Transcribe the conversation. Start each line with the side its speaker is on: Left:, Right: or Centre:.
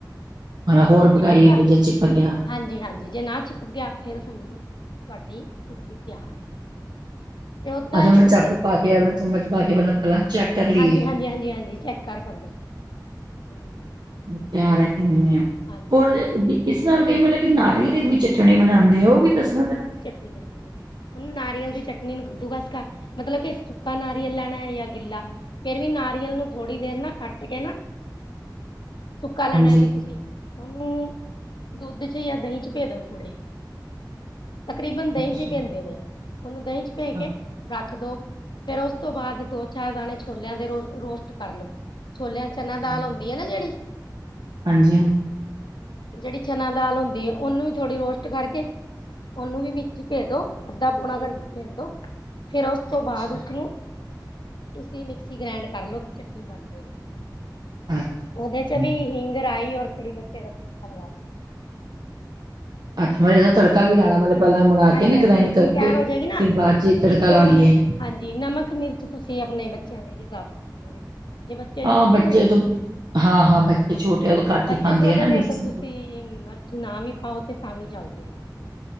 Right: ਮਤਲਬ
Left: ਜੇ ਨਹੀਂ
Right: ਹੋਰ
Left: ਚਿਪਕਿਆ।
Right: ਪਕਾਈਏ ਫਿਰ ਜੇ ਚਿਪਕ ਗਿਆ
Left: ਹਾਂਜੀ ਹਾਂਜੀ, ਜੇ ਨਾ ਚਿਪਕਿਆ ਫਿਰ ਸਮਝ ਲਓ। ਤੁਹਾਡੀ ਇਡਲੀ ਤਿਆਰ। ਤੇ ਓਦਾਂ
Right: ਆਹ,
Left: ਹੀ
Right: ਉਹਨੂੰ
Left: ਤੁਸੀਂ
Right: ਚਾਕੂ ਪਾ ਕੇ, ਚਮਚ ਪਾ ਕੇ ਪਹਿਲਾਂ-ਪਹਿਲਾਂ ਚੈੱਕ ਕਰ ਲਈਏ।
Left: ਹਾਂਜੀ ਹਾਂਜੀ ਹਾਂਜੀ, ਚੈੱਕ ਕਰ ਸਕਦੇ। ਹਾਂਜੀ।
Right: ਪਿਆਰ ਹੈ ਕਿ ਦਿੰਦੇ ਹਾਂ
Left: ਹਾਂਜੀ
Right: ਹੋਰ,
Left: ਹਾਂਜੀ
Right: ਇਸ ਨਾਲ ਕੀ ਮਤਲਬ ਕਿ ਨਾਰੀਅਲ ਦੇ ਵਿੱਚ। ਚਣੇ ਬਣਾਉਂਦੇ ਹੋ, ਉਹ ਵੀ ਦੱਸਣਾ ਜ਼ਰਾ।
Left: ਨਹੀਂ, ਮਿਲਦੀ ਹੈ। ਉਹਨੂੰ ਨਾਰੀਅਲ ਦੀ ਚਟਨੀ ਨੂੰ ਕੱਦੂਕਸ ਕਰਨਾ, ਮਤਲਬ ਕਿ ਸੁੱਕਾ ਨਾਰੀਅਲ ਲੈਣਾ ਹੈ ਜਾਂ ਗਿੱਲਾ? ਫੇਰ ਵੀ ਨਾਰੀਅਲ ਨੂੰ ਥੋੜ੍ਹੀ ਦੇਰ ਨਾ ਕੱਟ ਕੇ ਨਾ।
Right: <inaudible>
Left: ਸੁੱਕਾ ਲੈਣਾ
Right: ਹਾਂਜੀ
Left: ਹੈ ਤੇ ਤੁਸੀਂ ਉਹਨੂੰ ਦੁੱਧ 'ਚ ਜਾਂ ਦਹੀਂ 'ਚ ਭਿਉਂ ਦਿਓ ਥੋੜ੍ਹਾ। ਤਕਰੀਬਨ ਦਹੀਂ
Right: ਅੱਛਾ
Left: 'ਚ ਹੀ ਪੈਂਦੇ ਨੇ, ਉਹਨੂੰ ਦਹੀਂ 'ਚ ਪਾ ਕੇ।
Right: ਅੱਛਾ
Left: ਰੱਖ ਦਿਓ, ਫੇਰ ਉਸ ਤੋਂ ਬਾਅਦ ਦੋ-ਚਾਰ ਦਾਣੇ ਛੋਲਿਆਂ ਦੇ ਰੋਸਟ ਕਰ ਲਓ, ਛੋਲਿਆਂ 'ਚ। ਚਣੇ ਦੀ ਦਾਲ
Right: ਅੱਛਾ
Left: ਆਉਂਦੀ ਆ ਨਾ, ਜਿਹੜੀ?
Right: ਹਾਂਜੀ ਹਾਂਜੀ
Left: ਜਿਹੜੀ ਚਣੇ ਦੀ ਦਾਲ ਹੁੰਦੀ ਹੈ, ਉਹਨੂੰ ਵੀ ਥੋੜ੍ਹੀ ਰੋਸਟ ਕਰਕੇ ਉਹਨੂੰ ਵੀ ਵਿੱਚ ਹੀ ਭਿਉਂ ਦਿਓ। ਅੱਧਾ-ਪੌਣਾ ਘੰਟਾ ਭਿਉਂਣ ਦਿਓ, ਫੇਰ ਉਸ ਤੋਂ
Right: ਅੱਛਾ
Left: ਬਾਅਦ ਉਸਨੂੰ। ਤੁਸੀਂ ਮਿਕਸੀ 'ਚ ਗ੍ਰਾਈਂਡ ਕਰ ਲਓ ਕਿ ਚਟਨੀ ਬਣ ਜਾਏਗੀ।
Right: ਅੱਛਾ
Left: ਉਹਦੇ 'ਚ
Right: ਅੱਛਾ
Left: ਵੀ ਹਿੰਗ ਪਾ ਦਿਓ, ਔਰ ਕੜੀ ਪੱਤੇ ਦਾ ਪਿੱਤਾ ਲਾ ਦੇਣਾ।
Right: ਅੱਛਾ, ਮਤਲਬ ਇਹਦਾ
Left: ਹਾਂਜੀ
Right: ਤੜਕਾ ਵੀ ਲਾਉਣਾ ਪੈਣਾ? ਮਤਲਬ ਪਹਿਲਾਂ ਬਣਾ
Left: ਹਾਂਜੀ
Right: ਕੇ ਨਾ,
Left: ਹਾਂਜੀ
Right: ਗ੍ਰਾਈਂਡ
Left: ਚਟਨੀ
Right: ਕਰਕੇ,
Left: ਤਿਆਰ ਹੋ ਜਾਏਗੀ ਨਾ
Right: ਫੇਰ ਬਾਅਦ 'ਚ ਤੜਕਾ
Left: ਇੱਕ ਦੋ
Right: ਲਾ ਲਈਏ।
Left: ਹਾਂਜੀ, ਨਮਕ ਮਿਰਚ ਤੁਸੀ ਆਪਣੇ ਬੱਚਿਆਂ ਦੇ ਹਿਸਾਬ ਚ ਰਖੋਗੇ ਜੇ ਬੱਚੇ
Right: ਹਾਂ
Left: ਛੋਟੇ
Right: ਬੱਚੇ
Left: ਨੇ।
Right: ਤੋਂ ਹਾਂ ਬੱਚੇ
Left: ਹਾਂ
Right: ਛੋਟੇ ਘੱਟ
Left: ਬੱਚੇ
Right: ਹੀ ਖਾਂਦੇ
Left: ਛੋਟੇ
Right: ਆ ਨਾ
Left: ਨੇ
Right: ਮਿਰਚ
Left: ਤੇ ਤੁਸੀਂ
Right: ਵਗੈਰਾ
Left: ਮਰ ਨਾ ਵੀ ਪਾਓ ਤੇ ਤਾਂ ਵੀ ਚੱਲ ਜਾਏਗਾ